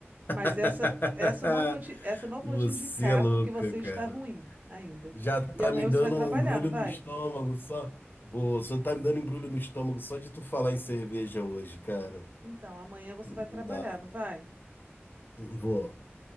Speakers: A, on the right; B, on the left.
A: Mas
B: <laughs>
A: essa, essa eu não vou te, essa eu não vou
B: Você
A: te indicar
B: é louca,
A: porque você
B: cara.
A: está ruim ainda.
B: Já tá
A: E amanhã
B: me dando
A: você vai trabalhar,
B: um embrulho
A: não vai?
B: no estômago só. Boa, só tá me dando embrulho no estômago só de tu falar em cerveja hoje, cara.
A: Então, amanhã você
B: Não
A: vai trabalhar,
B: dá.
A: não vai?
B: Não vou.